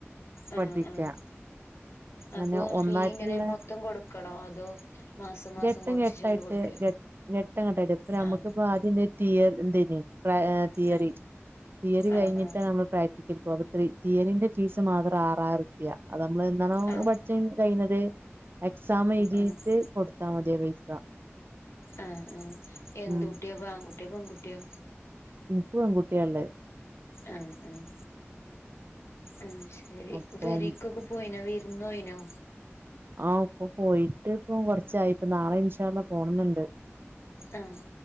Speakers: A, on the left (about 65°); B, on the right (about 50°).
A: ആഹ്
B: പഠിപ്പിക്കുക
A: ആഹ്
B: അങ്ങനെ
A: അപ്പൊ
B: ഒന്നായിട്ടുള്ള
A: ഫീ ഇങ്ങനെ മൊത്തം കൊടുക്കണോ അതോ മാസം മാസം
B: ഘട്ടം
A: കൊറച്ചിച്ചെ
B: ഘട്ടായിട്ട്
A: ഇങ്ങനെ ഇങ്ങനെ കൊടുക്കേ
B: ഘട്ടം ഘട്ടായിട്ട് ഇപ്പൊ നമുക്കിപ്പ
A: ആ
B: ആദ്യന്തേനി തീയ ഏന്തേനി തിയറി
A: ആ
B: തിയറി കഴിഞ്ഞിട്ടാണ്
A: ആ ആ
B: നമ്മ പ്രാക്ട്ടിക്കൽ തിയറിന്റെ ഫീസ് മാത്രം ആറായിരുർപ്യ നമ്മൾ
A: ആ ആ
B: പഠിച്ച് കഴിഞ്ഞത് എക്സാം എഴുതീട്ട്
A: ആ ആ
B: കൊടുത്താ മതി ആ പൈസ
A: ആഹ് ആഹ് എന്ത്
B: ഉം
A: കുട്ടിയാ ഇപ്പൊ ആൺകുട്ടിയോ പെൺകുട്ടിയോ
B: ഇൻക്ക് പെൺകുട്ട്യാള്ളത്
A: ആഹ് ആഹ് ആഹ് ശരി
B: അപ്പം
A: പെരീക്കൊക്കെ പോയിനൊ ഇന്നോയിനോ
B: ആഹ് ഇപ്പൊ പോയിട്ട് ഇപ്പ കൊറച്ചായി ഇപ്പ നാളെ ഇൻഷാല്ല പോണന്ന്ണ്ട്
A: ആഹ്